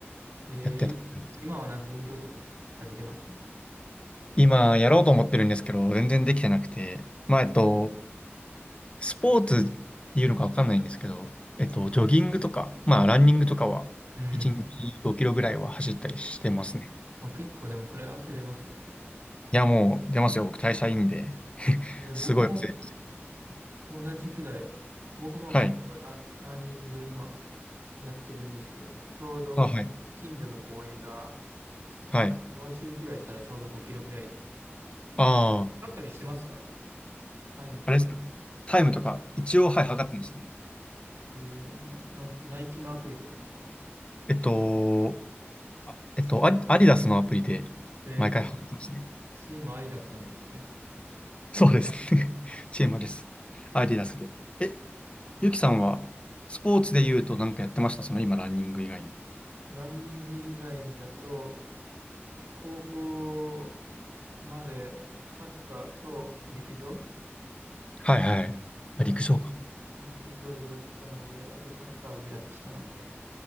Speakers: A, on the right; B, on the left.
A: ー、えーい今はなんか運動とかしされてますか
B: やってた感じです。今、やろうと思ってるんですけど、全然できてなくて。まあ、えっと、スポーツっていうのかわかんないんですけど、えっと、ジョギングとか、まあ、ランニングとかは、
A: うん。
B: 1日5キロぐらいは走ったりしてますね。
A: あ、結構でもそれ汗出ますよね。
B: いや、もう出ますよ。僕、代謝いいんで。
A: え僕も、
B: すごい忘れてますよ。
A: 同じくらい。僕も結構ラン、
B: はい。
A: ランニング今やってるんですけど、ちょうど近所の公園がさ、
B: あ、はい。はい。
A: 4周くらいしたらちょうど5キロくらいで。
B: ああ、
A: あったりしてますかタイムとか。
B: あれですよ。タイムとか、一応、はい、測ってますね。
A: えーな、な、ナイキのアプリとかですか
B: えっと、あえっと、アアディダスのアプリで、
A: えー
B: 毎回測ってますね。
A: チームアディダスなんですね。
B: そうですね。<laughs> チームです。アディダスで。え、ゆきさんは、スポーツで言うと何かやってましたその今、ランニング以外に。
A: ランニング以外にだと、高校までサッカーと陸上
B: はいはい。
A: や
B: あ、陸上か。
A: 陸上部だったので、あとサッカー部やってたので、